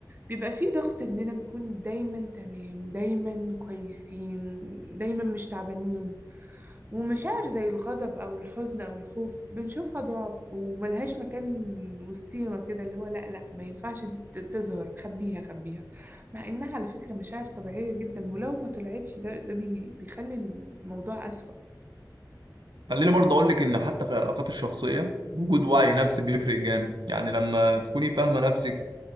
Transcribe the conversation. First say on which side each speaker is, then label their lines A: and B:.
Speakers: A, on the right (about 25°); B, on the right (about 85°).
A: بيبقى فيه ضغط إننا نكون دايما تمام دايما كويسين دايما مش تعبانين ومشاعر زي الغضب أو الحزن أو الخوف بنشوفها ضعف وملهاش مكان وسطينا كده اللي هو لأ لأ ما ينفعش دي ت- تظهر خبيها خبيها مع إنها على فكرة مشاعر طبيعية جدا ولو ما طلعتش ده ده بي بيخلي الموضوع أسوأ
B: خليني برضه أقولك إن حتى في العلاقات الشخصية وجود وعي نفسي بيفرق جامد يعني لما تكوني فاهمة نفسك